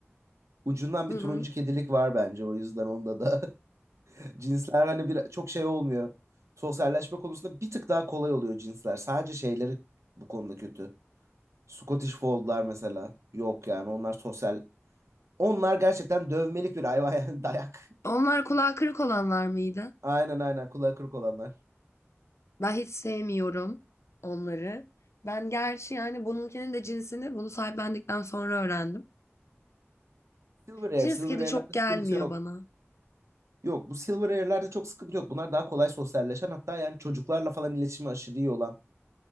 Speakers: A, on the right; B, on the left.
A: Ucundan
B: Hı
A: bir turuncu
B: hı.
A: kedilik var bence o yüzden onda da. <laughs> Cinsler hani bir, çok şey olmuyor. Sosyalleşme konusunda bir tık daha kolay oluyor cinsler. Sadece şeyleri bu konuda kötü. Scottish Fold'lar mesela. Yok yani onlar sosyal. Onlar gerçekten dövmelik bir hayvan yani <laughs> dayak.
B: Onlar kulağı kırık olanlar mıydı?
A: Aynen aynen kulağı kırık olanlar.
B: Ben hiç sevmiyorum onları. Ben gerçi yani bununkinin de cinsini bunu sahiplendikten sonra öğrendim.
A: Silver Air,
B: Cins
A: Silver
B: kedi
A: Air'lerde
B: çok gelmiyor
A: sıkıntı yok.
B: bana.
A: Yok bu Silver Air'lerde çok sıkıntı yok. Bunlar daha kolay sosyalleşen hatta yani çocuklarla falan iletişimi aşırı iyi olan